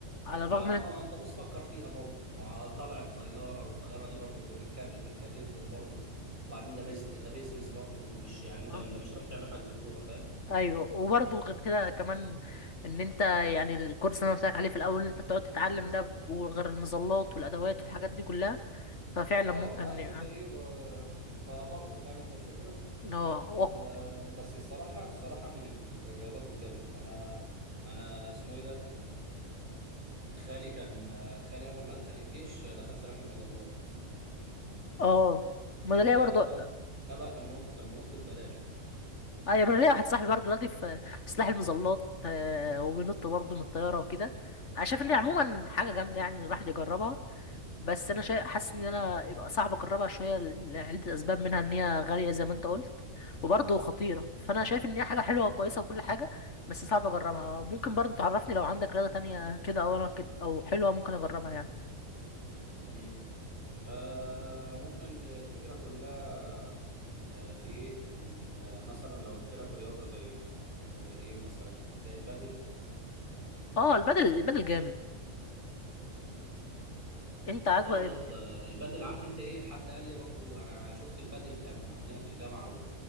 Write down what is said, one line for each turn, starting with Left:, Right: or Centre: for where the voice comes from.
Left: على الرغم
Right: ما, ما
Left: من
Right: ما انت بص فكر فيها برضه ما طالع بطياره والطياره دي برضه بتكلف بتكلفهم برضه وبعدين ده بيزن... ده بيزنس برضه ومش يعني انت
Left: اه
Right: ما انت مش رايح تعمل حجز كوره فاهم
Left: ايوه وبرضه غير كده كمان ان انت يعني الكورس اللي انا قلت لك عليه في الاول انت بتقعد تتعلم ده وغير المظلات والادوات والحاجات دي كلها ففعلا
Right: اه
Left: ممكن
Right: عارف
Left: يبقى
Right: انت ايه ب... فبرضه فاهم انت الفكره
Left: اه
Right: فبس
Left: وق-
Right: الصراحة الصراحة من الرياضات الجامدة أنا أنا اسمه إيه ده؟ خالي كان خالي أول ما دخل الجيش دخل سلاح المظلات
Left: اه ما
Right: فبقى
Left: انا ليا برضه
Right: ده بقى ده بقى كان منط كان منط ببلاش بقى
Left: ايوه انا ليا واحد صاحبي برضه دلوقتي في سلاح المظلات آه، وبينط برضه من الطياره وكده انا شايف ان هي عموما حاجه جامده يعني إن الواحد يجربها بس انا شا... حاسس ان انا يبقى صعب اجربها شويه لعده اسباب منها ان هي غاليه زي ما انت قلت وبرضه خطيره فانا شايف ان هي حاجه حلوه وكويسه وكل حاجه بس صعب اجربها ممكن برضه تعرفني لو عندك رياضه تانية كده او انا كده او حلوه ممكن اجربها يعني
Right: مم. آه ممكن الفكرة كلها آه في إيه؟ إن مثلا لو قلت لك رياضة زي زي إيه مثلا؟ زي البادل
Left: اه البدل البدل جامد انت عاجبك
Right: اه يا اسطى البادل عارف انت ايه حد قال لي برضو انا شفت البادل كان عندنا في الجامعه و...